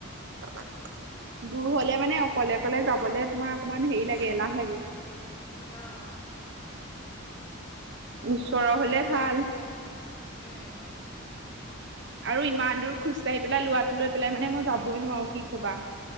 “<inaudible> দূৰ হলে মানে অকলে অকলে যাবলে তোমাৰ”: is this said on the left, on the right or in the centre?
Right